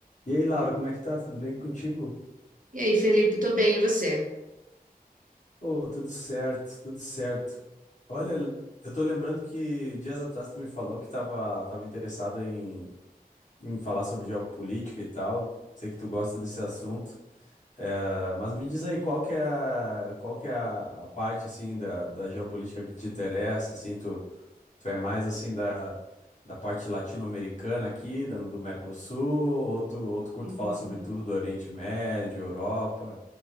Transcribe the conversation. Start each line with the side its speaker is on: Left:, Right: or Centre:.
Left: E aí, Laura, como é que tá? Tudo bem contigo?
Right: E aí, Felipe, tô bem, e você?
Left: Ô, tudo certo, tudo certo. Olha, eu tô lembrando que dias atrás tu me falou que tava, tava interessada em, em falar sobre geopolítica e tal. Sei que tu gosta desse assunto. É, mas me diz aí, qual que é, a- qual que é a, a parte, assim, da, da geopolítica que te interessa? Assim, tu, tu é mais, assim, da, da parte latino-americana aqui, da- do Mercosul? Ou tu, ou tu curte
Right: <laughs>
Left: falar sobre tudo, Oriente Médio, Europa?